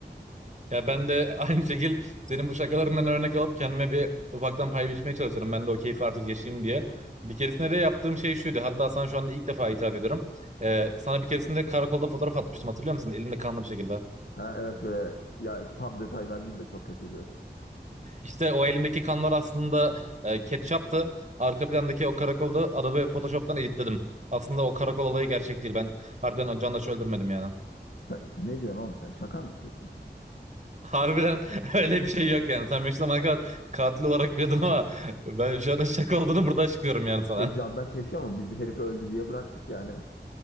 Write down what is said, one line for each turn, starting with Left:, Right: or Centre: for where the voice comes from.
Right: Ya ben de <laughs> aynı şekil senin bu şakalarından örnek alıp kendime bir ufaktan pay biçmeye çalışıyorum. Ben de o keyfi artık yaşayayım diye. Bir keresinde de yaptığım şey şuydu. Hatta sana şu anda ilk defa itiraf ediyorum. Ee, sana bir keresinde karakolda fotoğraf atmıştım hatırlıyor musun? Elimde kanlı bir şekilde.
Left: Ha, evet böyle ya tam detay vermeyeyim de çok kötüydü.
Right: İşte o elimdeki kanlar aslında e, ketçaptı. Arka plandaki o karakolda Adobe Photoshop'tan editledim. Aslında o karakol olayı gerçek değil. Ben harbiden o canla öldürmedim yani.
Left: Sen- ne diyorsun oğlum sen şaka mı yapıyorsun?
Right: Harbiden <laughs> öyle bir şey yok yani. Sen benim zamana kadar katil olarak biliyordun ama ben şu anda şaka olduğunu burada açıklıyorum yani sana.
Left: E Candaş
Right: <laughs>
Left: yaşıyor mu? Biz herifi öldü diye bıraktık yani.